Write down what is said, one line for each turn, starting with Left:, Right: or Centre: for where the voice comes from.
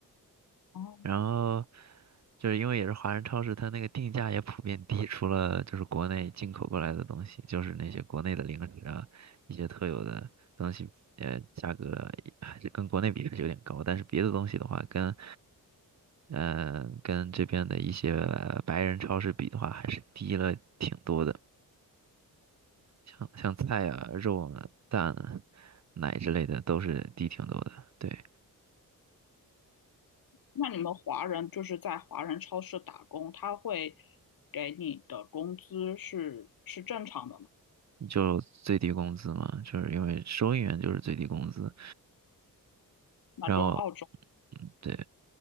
Left: 哦，
Right: 然后就是因为也是华人超市，它那个定价也普遍低，除了就是国内进口过来的东西，就是那些国内的零食啊，一些特有的东西，呃，价格还是跟国内比还是有点高，但是别的东西的话，跟嗯、呃跟这边的一些白人超市比的话，还是低了挺多的，像像菜啊、肉啊、蛋啊、奶之类的都是低挺多的，对。
Left: 那你们华人就是在华人超市打工，他会给你的工资是是正常的吗？
Right: 就最低工资嘛，就是因为收银员就是最低工资，
Left: 那跟澳洲
Right: 然后，嗯，对，